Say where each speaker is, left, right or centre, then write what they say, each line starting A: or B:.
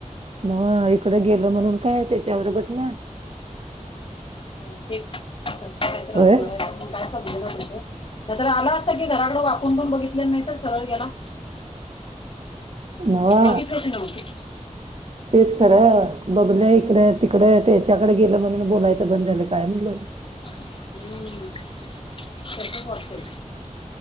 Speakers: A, on the right; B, on the left.
A: ना इकडं
B: तिकडं
A: गेल म्हणून काय त्याच्याभरोबच ना.
B: बहुतेक तसंत असणार
A: होय
B: आहे काय समजलं त्यां नाही तर आला असता कि घराकड वापून पण बघितले नाही तर सरळ गेला.
A: नावा.
B: बघितल्याशी नव्हती
A: तेच खरां बघल्या इकडे तिकडे त्याच्याकडे गेलं म्हणून बोलायचं बंद झालं काय म्हटलोय.
B: हम्म तेती कते.